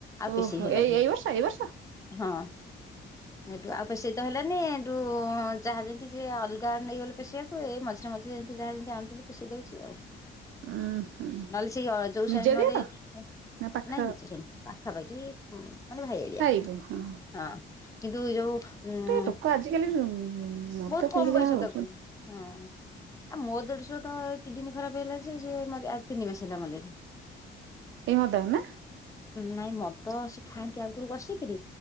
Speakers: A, on the left; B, on the right.
A: ଆଉ ପେଶେଇ
B: ଓହୋ
A: ହେଲାନି।
B: ଏଇ ଏଇ ବର୍ଷ?
A: ହଁ ହେଠୁ ଆଉ ପେଶେଇ ତ ହେଲାନି ହେଠୁ ହଁ ଯାହା ଯେମିତି ଯିଏ ଅଲଗା ନେଇଗଲେ ପେଶେଇଆକୁ ଏଇ ମଝିରେ ମଝିରେ ଯେମତି ଯାହା ଯେମିତି ଆଣୁଛନ୍ତି ପେଶେଇ ଦଉଛି ଆଉ।
B: ଉଁ ହୁଁ
A: ନହେଲେ ସେଇ ଅ ଯୋଉ
B: ନିଜ
A: ସମୟରେ
B: ଦିଅର
A: ନାଇଁ
B: ନା ପାଖ
A: ନିଜର ନୁହଁ। ପାଖାପାଖି ମାନେ ଭାଇ ଆଳିଆ।
B: ଓହୋଃ।
A: ହଁ କିନ୍ତୁ ଏ ଯୋଉ ଉ
B: ଲୋକ ଆଜିକାଲି ମଦ
A: ବହୁତ
B: ପିଇକି
A: କମ
B: ଯାହା
A: ବୟସ
B: ହଉଛନ୍ତି
A: ତାକୁ। ହଁ। ଆ ମୋ ଦେଢ଼ୁଶୁର ତ କିଡ଼ନୀ ଖରାପ ହେଲା ଯେ ସେ ଆ ତିନି ମାସ ହେଲା ମଲେଣି।
B: ଏଇ ମଦ ନା?
A: ନାଇଁ ମଦ ସେ ଖାଆନ୍ତି ଆଗରୁ କସିକିରି